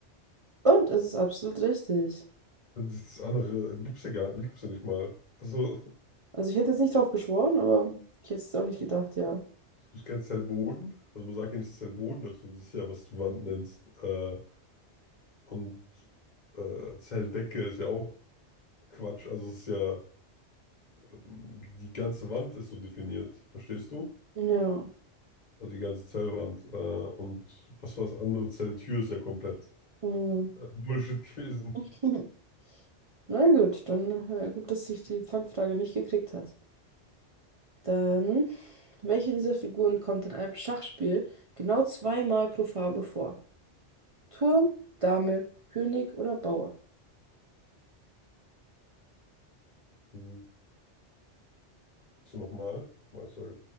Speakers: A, on the right; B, on the left.
A: Und es ist absolut richtig.
B: Also Das andere gibt's ja gar gibt's ja nicht mal. Also,
A: Also ich hätte jetzt nicht drauf geschworen, aber ich hätte es auch nicht gedacht, ja.
B: <laughs> es gibt keinen Zellboden. Also, man sagt ja nicht Zellboden dazu. Das ist ja, was du Wand nennst. Äh, und äh, Zelldecke ist ja auch Quatsch. Also, es ist ja, ähm, die ganze Wand ist so definiert. Verstehst du?
A: Ja.
B: Also, die ganze Zellwand. Äh, und was war das andere? Zelltür ist ja komplett
A: Mhm.
B: äh, Bullshit <laughs> gewesen.
A: <laughs> Na gut, dann äh, gut, dass ich die Fangfrage nicht gekriegt hat. Dann, welche dieser Figuren kommt in einem Schachspiel genau zweimal pro Farbe vor? Turm, Dame, König oder Bauer?
B: Hm. Hast du nochmal? Nochmal, sorry.